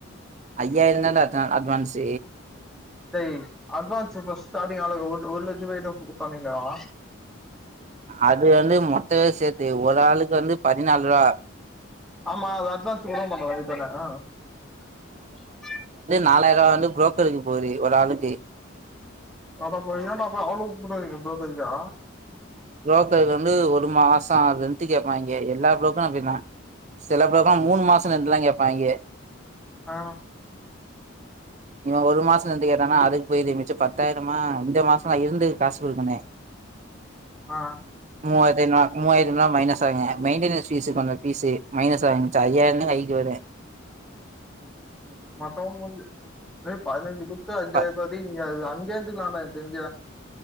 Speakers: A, on the right; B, in the centre.
A: ஐயாயிரம் தாண்ட <unintelligible> அட்வான்ஸ்.
B: டேய் அட்வான்ஸ் ஃபர்ஸ்ட் ஸ்டார்டிங் அவு ஒரு லட்சம் ரூபாய்கிட்ட சொன்னீங்களேடா
A: அது வந்து மொட்டவே சேர்த்து ஒரு ஆளுக்கு வந்து ப என்னல்லற
B: ஆமா அத அட்வான்ஸ் கூட மாட்டா வீட்டாண்ட ஆ <unintelligible>
A: நாலாயிரம் ரூபா வந்து புரோக்கருக்கு போது ஒரு ஆளுக்கு.
B: ஆடா போ ஏண்டா அவ்ளவு கூடுக் புரோக்கர் கே
A: புரோக்கர் வந்து ஒரு மாசம் அது இருந்து ரெண்ட் கேட்பா இங்க எல்லா புரோக்கர் அப்படி தான். சில பேருக்காம்
B: ம்
A: மூண மாசம் <unintelligible> கேட்பாங்க
B: ஆ
A: இவன் ஒரு மாசல இருந்து கேட்டானா அதுக்கு போயிரும் மிச்சு பத்தாயிரமா இந்த மாசம் நா இருந்து காசு கொடுக்கனே
B: ஆ
A: மூவாயிரத்து ஐந்நூறு மூவாயிரம் ரூபாய் மைனஸ் ஆங்க மெயின்டனன்ஸ் பீஸ கொஞ்சம் பீஸ்சு மைனஸ் ஆயிடுச்சு ஐயாயிரதான் கைக்கு வரும்.
B: மத்தவஞ்சு வெறு பதின ஞ்சாய குடுத்து அஞ்சாயிர
A: ப
B: பதி அங்கே இருந்துக்கலமே. தெஞ்ச